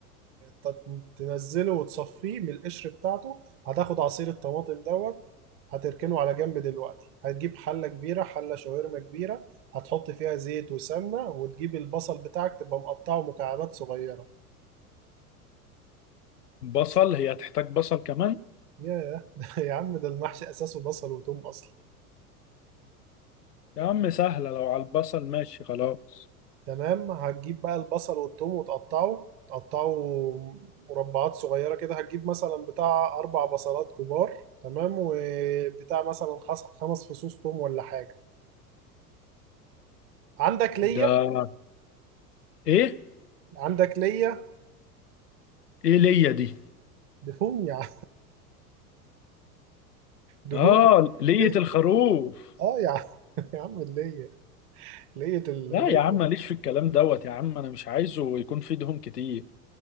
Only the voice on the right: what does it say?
ت- تنزله وتصفيه من القشر بتاعته هتاخد عصير الطماطم دوت هتركنه على جنب دلوقتي هتجيب حلة كبيرة حلة شاورما كبيرة هتحط فيها زيت وسمنة وتجيب البصل بتاعك تبقى مقطعه مكعبات صغيرة
ياه <laughs> ده يا عم ده المحشي أساسه بصل وتوم أصلا
تمام هتجيب بقى البصل والثوم وتقطعه تقطعه مربعات صغيرة كده هتجيب مثلا بتاع أربع بصلات كبار تمام وبتاع مثلا خس- خمس فصوص ثوم ولا حاجة عندك ليا
عندك ليا
دهون يا عم دهون
ليا.
اه يا عم <laughs> يا عم اللية لية ال-
لية